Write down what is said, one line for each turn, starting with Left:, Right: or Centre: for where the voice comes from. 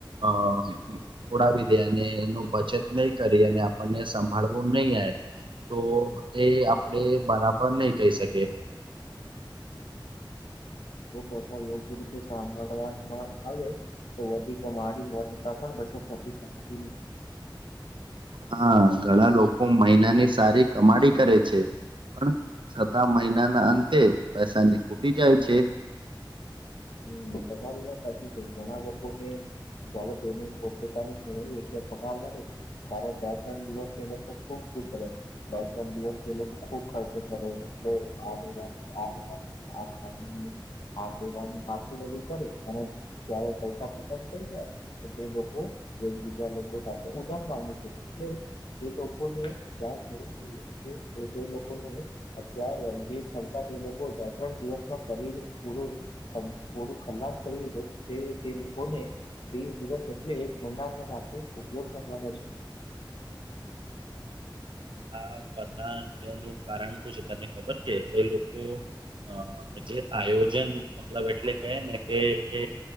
Right: અ ઉડાવી દે અને એનો બચત નઈ કરીએ અને આપણને સંભાળવું નઈ <unintelligible> તો એ આપડે બરાબર નહી કહી શકીએ.
Left: જો <unintelligible> યોગ્ય રીતે સાંભળવા ન આવે તો વધી <unintelligible> બચત થતી શકતી નથી.
Right: હા ઘણા લોકો મહિના ને સારી કમાડી કરે છે. પણ છતા મહિનાના અંતે પૈસાની ખૂટી
Left: <unintelligible>
Right: જાય <inaudible>
Left: હમ તમારી વાત સાચી છે ઘણા લોકો ને જયારે તેની પોતપોતાની શેણી એટલે પગાર મળી તારે બે ત્રણ દિવસ એ લોકો ખુબ ખુશ રેય બે ત્રણ દિવસ એ લોકો ખુબ ખર્ચો કરે એટલે <unintelligible> આ દેવાનું આટલું બધું કરે અને ત્યારે પૈસા ખતમ થઈ જાય તો તે લોકો એકબીજા લોકો પાસે ઉધાર માંગે છે એટલે જે લોકો ને ધ્યાન હોવું જોઈએ કે એજે લોકો નું અત્યારે જે <unintelligible> એ લોકો ત્રણ દિવસમાં કરીને પૂરું પૂરું ખલાસ કરવી <unintelligible> તે તે લોકોને ત્રીસ દિવસ એટલે એક મહિના માટે ઉપયોગ કરવાનો છે.
Right: આ બધા નું કારણ શું છે તને ખબર કે એ લોકો અ જે આયોજન મતલબ એટલે <unintelligible> ને કે એ